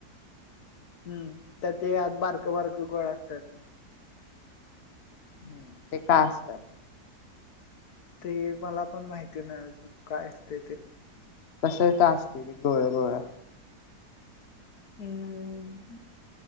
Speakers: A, on the left; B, on the left.
A: हम्म त्या ते आत बारकं बारक गोळ्या असतात.
B: हम्म ते का असतात.
A: ते मला पण माहिती ना अजून काय असत ते.
B: तस तर असते गोळ गोळ
A: हम्